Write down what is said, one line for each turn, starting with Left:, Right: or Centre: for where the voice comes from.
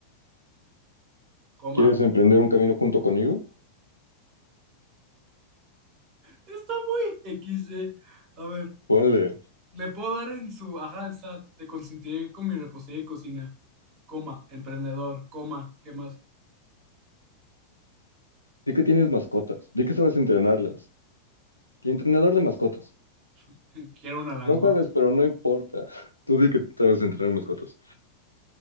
Right: Coma.
Left: ¿Quieres emprender un camino junto conmigo?
Right: Está muy XD. A ver.
Left: Ponle.
Right: Le puedo dar en su ajá al SAT, te consentiré con mi repostería de cocina, coma, emprendedor, coma, ¿qué más?
Left: Di que tienes mascotas. Di que sabes entrenarlas. Y entrenador de mascotas.
Right: <laughs> Quiero una langosta.
Left: No sabes, pero no importa. <laughs> Tú di que sabes entrenar mascotas.